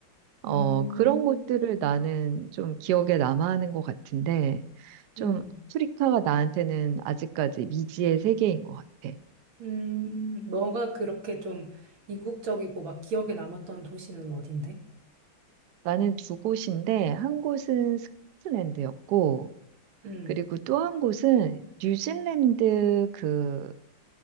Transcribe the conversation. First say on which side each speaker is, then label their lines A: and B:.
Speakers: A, on the right; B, on the right.
A: 어,
B: 음.
A: 그런 곳들을 나는 좀 기억에 남아하는 것 같은데, 좀
B: 음.
A: 아프리카가 나한테는 아직까지 미지의 세계인 것 같아.
B: 음. 너가 그렇게 좀 이국적이고 막 기억에 남았던 도시는 어딘데?
A: 나는 두 곳인데, 한 곳은 스코틀랜드였고,
B: 음.
A: 그리고 또 한 곳은 뉴질랜드 그